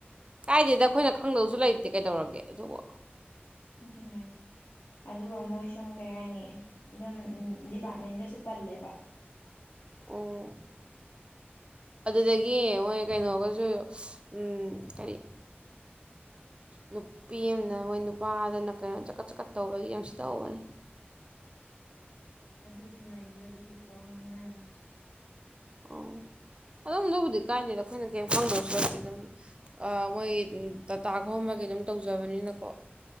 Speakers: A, on the right; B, on the left.
A: ꯀꯥꯏꯗꯦꯗ ꯑꯩꯈꯣꯏꯅ ꯈꯪꯗꯧꯁꯨ ꯂꯩꯇꯦ ꯀꯩꯗꯧꯔꯒꯦ ꯑꯗꯨꯕꯨ
B: ꯑꯗꯨꯅꯦ ꯍꯥꯏꯁꯦ ꯑꯗꯨꯒ ꯃꯣꯏ ꯁꯨꯝ ꯀꯩ ꯍꯥꯏꯅꯤ ꯑꯗꯨꯝ ꯗꯤꯄꯥꯔꯠꯃꯦꯟꯒꯁꯨ ꯄꯜꯂꯦꯕ
A: ꯑꯣ ꯑꯗꯨꯗꯒꯤ ꯃꯣꯏ ꯀꯩꯅꯣꯒꯁꯨ ꯎꯝ ꯀꯔꯤ ꯅꯨꯄꯤ ꯑꯃꯅ ꯃꯣꯏ ꯅꯨꯄꯥꯗꯨꯅ ꯀꯩꯅꯣꯝ ꯆꯀꯠ ꯆꯀꯠ ꯇꯧꯕꯒꯤ ꯌꯥꯝ ꯁꯤꯇꯍꯧꯕꯅꯤ
B: ꯑꯗꯨꯒꯤ ꯋꯥꯔꯤꯁꯨ ꯑꯗ ꯄꯨꯊꯣꯛꯑꯒ ꯉꯥꯡꯅꯥꯔꯕ
A: ꯑꯣ ꯑꯗꯨꯝ ꯑꯗꯨꯕꯨꯗꯤ ꯀꯥꯏꯗꯦꯗ ꯑꯈꯣꯏꯅ ꯀꯩꯝ ꯈꯪꯗꯧꯁꯨ ꯅꯠꯇꯦ ꯑꯗꯨꯝ ꯃꯣꯏ ꯗꯇꯥ ꯈꯣꯝꯕꯒꯤ ꯑꯗꯨꯝ ꯇꯧꯖꯕꯅꯤꯅꯀꯣ